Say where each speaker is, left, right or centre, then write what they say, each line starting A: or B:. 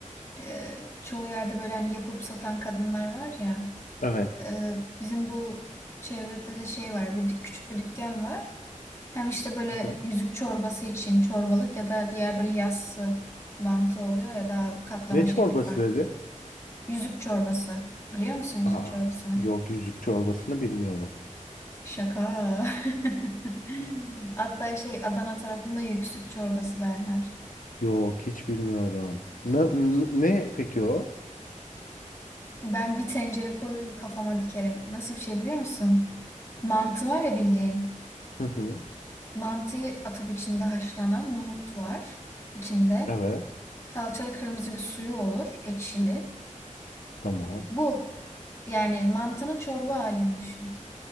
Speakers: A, on the left; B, on the left.
A: e, çoğu yerde böyle hani yapıp satan kadınlar var ya.
B: Evet.
A: E, bizim bu çevrede de şey var. Bir dük- küçük bir dükkan var. Hem işte böyle
B: Hı hı.
A: yüzük çorbası için çorbalık ya da diğer böyle yassı mantı oluyor ya da katlama
B: Ne
A: şekli
B: çorbası
A: farklı.
B: dedi?
A: Yüzük çorbası. Biliyor musun yüzük
B: Aa,
A: çorbasını?
B: yok yüzük çorbasını bilmiyorum.
A: Şaka. <laughs> Hatta şey Adana tarafında yüksük çorbası derler.
B: Yok hiç bilmiyorum. Ne, ne peki o?
A: Ben bir tencere koy kafama dikerim. Nasıl bir şey biliyor musun? Mantı var ya bildiğin.
B: Hı hı.
A: Mantıyı atıp içinde haşlanan nohut var içinde.
B: Evet,
A: Salçalı kırmızı bir suyu olur, ekşili.
B: tamam.
A: Bu yani mantının çorba halini düşün.